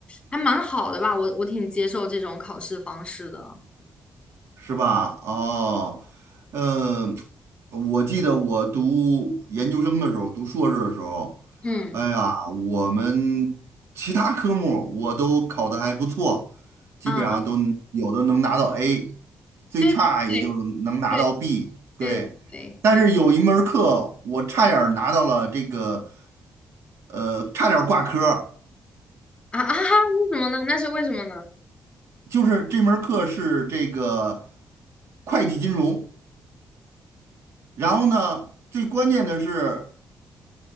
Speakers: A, on the left; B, on the right.
A: 还蛮好的吧，我我挺接受这种考试方式的，
B: 是吧？哦，嗯，我记得我读研究生的时候，读硕士的时候，
A: 嗯
B: 哎呀，我们其他科目我都考得还不错，基本上都有的能拿到
A: 啊，
B: A，最差也就能拿到
A: 对对对
B: B。对，
A: 对对对对
B: 但是有一门儿课我差点儿拿到了这个，呃，差点儿挂科儿
A: 啊啊哈，为什么呢？那是为什么呢？
B: 就是这门儿课是这个会计金融。然后呢，最关键的是。